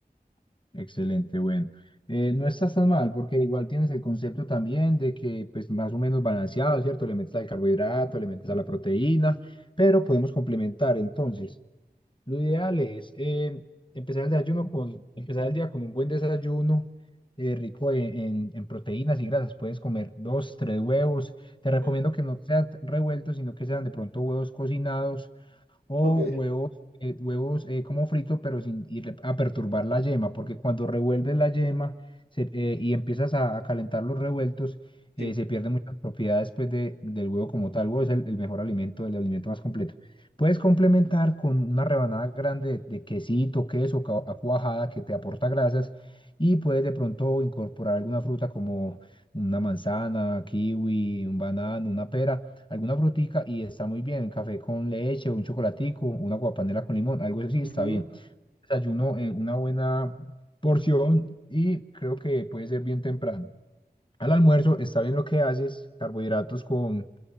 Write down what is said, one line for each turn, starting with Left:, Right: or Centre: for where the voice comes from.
Left: Excelente, bueno. Eh, no estás tan mal porque igual tienes el concepto también de que pues más o menos balanceado, ¿cierto? Le metes al carbohidrato, le metes a la proteína, pero podemos complementar entonces. Lo ideal es eh, empezar el desayuno con, empezar el día con un buen desayuno eh, rico en, en- en proteínas y grasas. Puedes comer dos, tres huevos. Te recomiendo
Right: Ok.
Left: que no sean revueltos, sino que sean de pronto huevos cocinados o
Right: Ok,
Left: huevos, eh, huevos eh, como frito, pero sin ir a perturbar la yema, porque cuando revuelves la yema se- eh, y empiezas a, a calentar los revueltos, eh,
Right: sí.
Left: se pierden muchas propiedades pues, de- del huevo como tal. El huevo es el, el mejor alimento, el alimento más completo. Puedes complementar con una rebanada grande de, de quesito, queso, cua- a cuajada que te aporta grasas y puedes de pronto incorporar alguna fruta como una manzana, kiwi, un banano, una pera alguna frutica y está muy bien, café con leche, un chocolatico, una guapanela con limón, algo así
Right: Ujú.
Left: está bien. Desayuno, eh, una buena porción y creo que puede ser bien temprano. Al almuerzo está bien lo que haces, carbohidratos con,